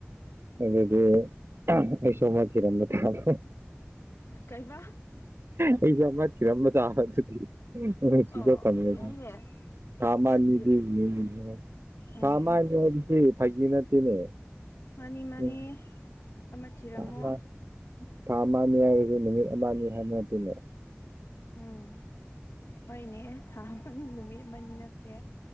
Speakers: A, on the right; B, on the left.
A: ꯑꯗꯨꯗꯤ ꯑꯩꯨꯁ ꯊꯤꯔꯝꯕ ꯇꯥꯕ
B: ꯀꯩꯕ
A: ꯑꯩꯁꯨ ꯑꯃ ꯊꯤꯔꯝꯕ ꯇꯥꯕ ꯑꯗꯨꯗꯤ ꯅꯪ ꯁ꯭ꯋꯤꯆ
B: ꯑꯣ
A: ꯑꯣꯐ ꯊꯝꯒꯔꯗꯤ
B: ꯌꯥꯏꯅꯦ
A: ꯊꯥ ꯑꯃ
B: ꯊꯤꯌꯣ
A: ꯑꯅꯤꯗꯤ
B: ꯊꯤꯌꯣ
A: <unintelligible>
B: ꯎꯝ
A: ꯍꯩ ꯐꯥꯒꯤ ꯅꯠꯇꯦꯅꯦ
B: ꯃꯥꯅꯤ ꯃꯥꯅꯤ
A: ꯎꯝ,
B: ꯑꯃ ꯊꯤꯔꯝꯃꯣ
A: ꯊꯥ ꯑꯃ ꯊꯥ ꯑꯃ ꯑꯅꯤ ꯍꯥꯏꯕꯖꯦ ꯅꯨꯃꯤꯠ ꯑꯃ ꯑꯅꯤ ꯍꯥꯏꯕ ꯅꯠꯇꯦꯅꯦ
B: ꯎꯝ ꯍꯣꯏꯅꯦ ꯊꯥ ꯑꯃ ꯑꯅꯤ ꯅꯨꯃꯤꯠ ꯑꯃ ꯑꯅꯤ ꯅꯠꯇꯦ